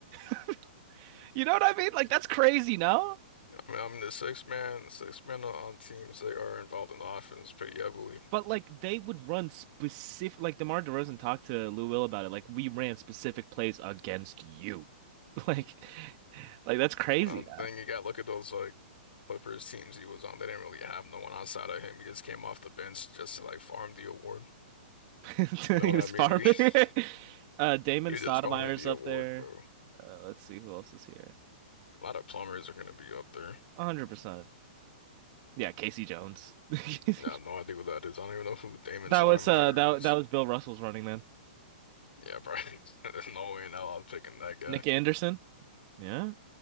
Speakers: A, on the right; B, on the left.
A: <laughs> you know what I mean? Like that's crazy, no?
B: I mean, I'm the six man. Six man on on teams they are involved in the offense pretty heavily.
A: But like they would run specific like DeMar DeRozan talked to Lou Will about it. Like we ran specific plays against you. <laughs> Like like that's crazy
B: Um,
A: that.
B: then you got look at those like Clippers teams he was on. They didn't really have no one outside of him. He just came off the bench just to like farm the award.
A: <laughs> he
B: You know what
A: was
B: I mean?
A: farming.
B: <laughs>
A: <laughs> uh Damon
B: He, you're
A: Stoudemire's
B: just farming the
A: up
B: award,
A: there.
B: bro.
A: Uh, let's see who else is here.
B: A lot of plumbers are gonna be up there.
A: 100%. Yeah, Casey Jones. <laughs>
B: Yeah, I have no idea what that is. I don't even know who Damon
A: that
B: Stoudemire
A: was uh that
B: is.
A: that was Bill Russell's running man.
B: Yeah, probably. <laughs> There's no way in hell I was picking that guy.
A: Nick Anderson. Yeah.